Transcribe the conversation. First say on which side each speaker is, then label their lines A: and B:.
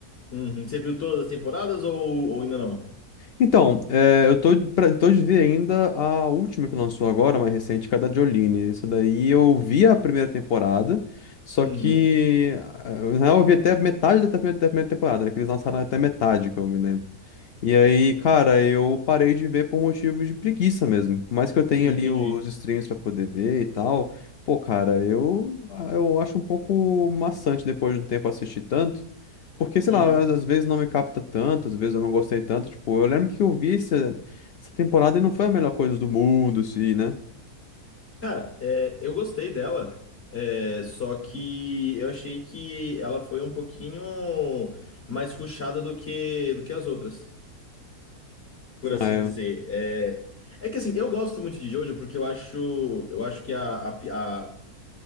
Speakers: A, on the left; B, on the left.
A: Uhum. Você viu todas as temporadas ou, ou ainda não?
B: Então, é, eu tô, pra, tô de ver ainda a última que lançou agora, mais recente, que é a da Jolene. Essa daí eu vi a primeira temporada, só
A: Uhum.
B: que ah, na real eu vi até metade da primeira, da primeira temporada, né? Que eles lançaram até metade, que eu me lembro. E aí, cara, eu parei de ver por motivos de preguiça mesmo. Por mais que eu tenha
A: Entendi.
B: ali os streams pra poder ver e tal, pô, cara, eu, eu acho um pouco maçante depois de um tempo assistir tanto. Porque, sei
A: Uhum.
B: lá, às, às vezes não me capta tanto, às vezes eu não gostei tanto. Tipo, eu lembro que eu vi essa, essa temporada e não foi a melhor coisa do mundo, assim, né?
A: Cara, é, eu gostei dela, é, só que eu achei que ela foi um pouquinho mais rushada do que, do que as outras. por assim
B: É,
A: dizer. É, é que assim, eu gosto muito de Jojo porque eu acho, eu acho que a, a, pi- a,